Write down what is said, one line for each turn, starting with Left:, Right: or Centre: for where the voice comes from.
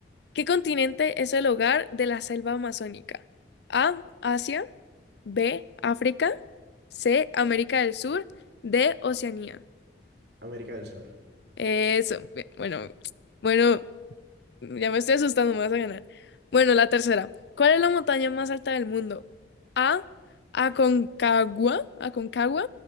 Left: ¿qué continente es el hogar de la selva amazónica? A, Asia, B, África, C, América del Sur, D, Oceanía.
Right: América del Sur,
Left: Eso, bien, bueno, bueno, Ya me estoy asustando, me vas a ganar. Bueno, la tercera. ¿Cuál es la montaña más alta del mundo? A. Aconcagua. Aconcagua.